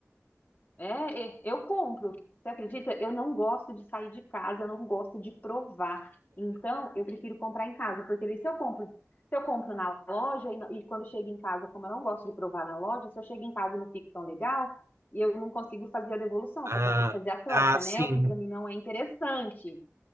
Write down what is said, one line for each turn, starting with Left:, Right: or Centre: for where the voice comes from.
Left: É, é, eu compro. Você acredita? Eu não gosto de sair de casa, eu não gosto de provar. Então, eu prefiro comprar em casa, porque daí se eu compro, se eu compro na loja e, não- e quando chego em casa, como eu não gosto de provar na loja, se eu chego em casa e não fico tão legal, e eu não consigo fazer a devolução, eu
Right: Ah,
Left: só consigo fazer a troca,
Right: ah, sim,
Left: né? O que para mim não é interessante.